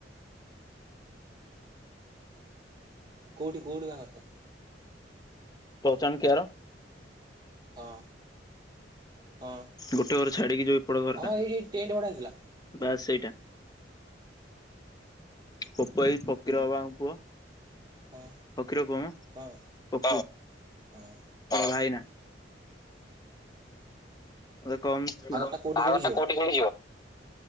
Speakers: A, on the right (about 25°); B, on the left (about 20°).
A: କୋଉଠି କୋଉଠି ବାହାଘରଟା?
B: ପହଚାନ କେ୍ୟାର
A: ହଁ। ହଁ
B: ଗୋଟେ ଘର ଛାଡିକି ଯିବ ଏପଡ ଘର
A: ହଁ
B: ଟା
A: ଏଇଠି ଏଇଠି ଟେଣ୍ଟ ଭଡା ହେଇଥିଲା
B: ବାସ୍ ସେଇଟା। ପପୁ ଭାଇ ଫକୀର ବାବାଙ୍କ ପୁଅ।
A: ହଁ
B: ଫକୀର ପୁଅ ମ
A: ହଁ
B: ପପୁ
A: ହଁ
B: ତା ଭାଇନା। କମ୍ ବାହାଘର
A: ଟା କୋଉଠି
B: ଟା
A: ଯିବ
B: କୋଉଠି ନେଇକିଯିବ?